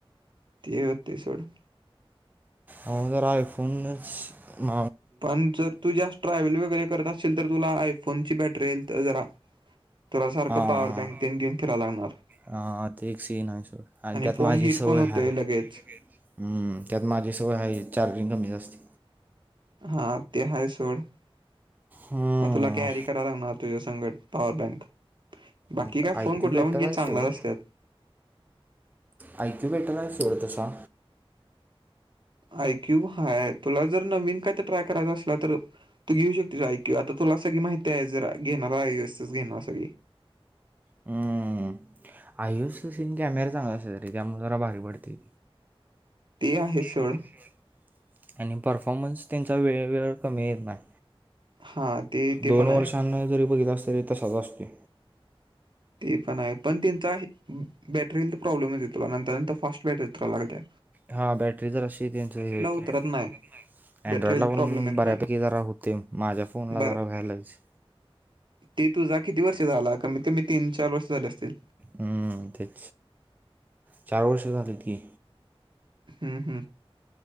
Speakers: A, on the right; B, on the right.
A: ते होते सोडं.
B: <unintelligible> आयफोन न
A: पण जर तू जास्त ट्रॅव्हल वगैरे करत असशील तर, तुला आयफोनची बॅटरीहेल्थ जरा तुला सारखा
B: हां
A: पावर
B: हां
A: बँक तेन घेऊन फिराय लागणार.
B: हा, ते एक सीन आहे सोड, आणि त्यात
A: फोन
B: माझी
A: हीट
B: सवय
A: पण होतोय
B: हाय
A: लगेच
B: हम्म त्यात माझी सवय हाय, चार्जिंग कमीच असते.
A: हा ते आहे सोड. <inaudible>
B: हम्म,
A: मग तुला कॅरी कराव लागणार तुझा संग. पॉवर बँक, बाकी
B: मग
A: काय
B: आय
A: फोन
B: क्यू
A: कुठला
B: बेटर
A: पन घे
B: आहे
A: चांगलाच
B: सोड
A: असत्यात.
B: आय क्यू ले त्रास आहे हो तसा.
A: आय क्यू हाय, तुला जर नवीन काय तर ट्राय करायचं असला तर तू घेऊ शकतेस आय क्यू. आता तुला सगळी माहिती आहे, जरा घेणार आयुसच घेणार सगळी
B: अं, आयुषच सीन कॅमेरा चांगला असत्यात रे, त्यामुळे जरा भारी पडते.
A: आहे
B: ते
A: सोड
B: आहेच स़ोड. आणि परफॉर्मन्स त्यांचा, वेळ वेळ कमी येत नाही.
A: हा ते ते
B: दोन
A: पण
B: वर्षांनं
A: आहे
B: जरी बघितलास, तरी तसाच असतोय.
A: ते पण आहे. पण त्यांचा आहे, बॅटरीला तर प्रॉब्लेमच येतोय, नंतर नंतर फास्ट बॅटरी ऊतराय लागल्या.
B: हा बॅटरी जराशी त्यांच हे होते
A: उतरत
B: <unintelligible>
A: नाही बॅटरीला
B: अँड्रॉइड ला
A: प्रॉब्लेम
B: पण
A: येत
B: बऱ्यापैकी
A: नाही
B: जरा होतय, माझ्या फोनला
A: बरं
B: जरा व्हायलच
A: ते तुझा किती वर्ष झाला, कमीत कमी तीन चार वर्ष झाले असतील.
B: हम्म तेच, चार वर्ष झालीत की.
A: हम्म हम्,